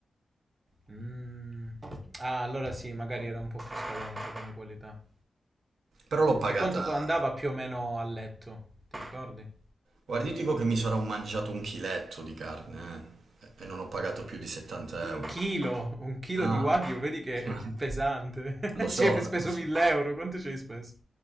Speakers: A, on the right (about 25°); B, on the right (about 80°).
A: Mh. Ah, allora sì, magari era un po' più scadente come qualità.
B: però l'ho pagata...
A: E quanto co andava più o meno a letto? Ti ricordi?
B: Guardi, io dico che mi sarò mangiato un chiletto di carne eh, e non ho pagato più di 70
A: Un
B: euro.
A: chilo, un chilo
B: Ah,
A: di Wagyu, vedi che è
B: <laughs>
A: pesante.
B: lo
A: <laughs>
B: so,
A: Ci hai speso
B: lo so.
A: 1000 euro, quanto ci hai speso?